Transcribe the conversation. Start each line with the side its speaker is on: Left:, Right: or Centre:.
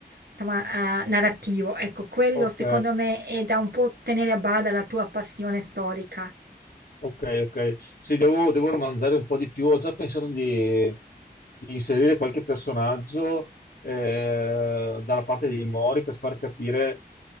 Right: insomma, eh, narrativo. Ecco, quello
Left: Ok.
Right: secondo me è da un po' tenere a bada la tua passione storica.
Left: Ok, ok. Sì, devo, devo romanzare un po' di più. Ho già pensato di, di inserire qualche personaggio eh, dalla parte dei Mori per far capire